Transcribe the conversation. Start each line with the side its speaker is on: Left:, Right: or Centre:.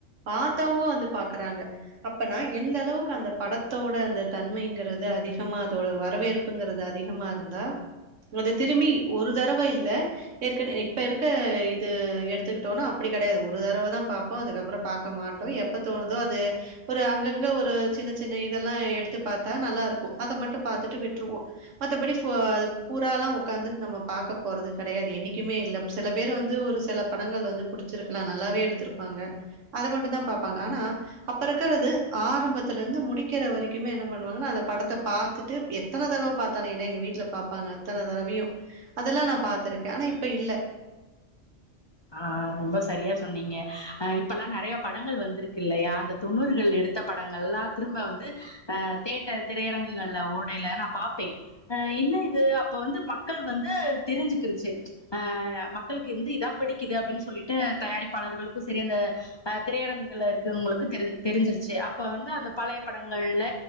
Right: பார்த்தவங்க வந்து பாக்குறாங்க அப்பனா எந்த அளவுக்கு அந்த படத்தோட அந்த தன்மை ன்றது அத அத வரவேற்புங்கிறது அதிகமா இருந்தா அத திரும்பி ஒரு தடவை இல்ல இப்ப இருக்க இது எடுத்துக்கிட்டோனா அப்படி கிடையாது ஒரு தடவை தான் பார்ப்போம் அதுக்கப்புறம் பார்க்க மாட்டோம் எப்ப தோணுதோ அது ஓரு அங்கங்க ஒரு சின்ன சின்ன இதெல்லாம் எடுத்து பாத் தா நல்லா இருக்கும் அத மட்டும் பா த்தட்டு விட்டுருவோம் மத்தபடி பூராலாம் உட்காந்து நம்ம பக்க போறது கிடையாது என்னைக்குமே இல்ல சில பேர் வந்து ஒரு சில படங்கள் வந்து படிச்சிருக்கலாம் நல்லாவே எடுத்திருப்பாங்க அதை மட்டும் தான் பாாங்க ஆனா அப்ப இருக்கிறது ஆரம்பத்துல இருந்து முடிக்கிற வரைக்குமே என்ன பண்ணுவாங்க ந அந்த படத்தை பாாரத்துட்டு எத்தனை தடவை பார்த்தாலே ஏன்ன எங்க வீட்டுல பார்ப்பாங்க அத்தன தடவையும் அதெல்லாம் நான் பார்த்திருக்கேன் ஆனா இப்ப இல்ல
Left: ஆஹ் ரொம்ப சரியா சொன்னீங்க அஹ் இப்பெல்லாம் நிறைய படங்கள் வந்திருக்கு இல்லையா அந்த தொண்ணூர்கள் எடுத்த படங்கள் எல்லாம் திரும்ப வந்து அ தேட்டர் திரையரங்குகள்ல ஓடயல ந பார்ப்பேன் என்ன இது அப்ப வந்து மக்கள் வந்து தெரிஞ்சுக்கிருச்சு ஆஹ் மக்களுக்கு இருந்து இதான் புடி க்குது அப்படின்னு சொல்லிட்டு தயாரிப்பாளர்களுக்கும் சேரி அந்த அஹ் திரையரங்குல இருக்குவங்களுக்கு தெரி தெரிஞ்சிருச்சு அப்ப வந்து அந்த பழைய படங்கள்ல